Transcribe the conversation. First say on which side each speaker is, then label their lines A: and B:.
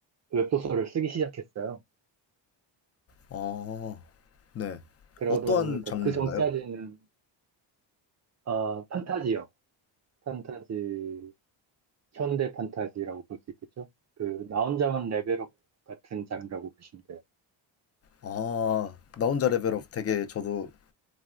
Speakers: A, on the right; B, on the left.
A: 웹소설을 쓰기 시작했어요.
B: 어, 네.
A: 그러다
B: 어떤
A: 보니까
B: 장르인가요?
A: 그 전까지는 아, 판타지요. 판타지, 현대 판타지라고 볼 수 있겠죠? 그, 나 혼자만 레벨업 같은 장르라고 보시면 돼요.
B: 아, 나 혼자 레벨업 되게 저도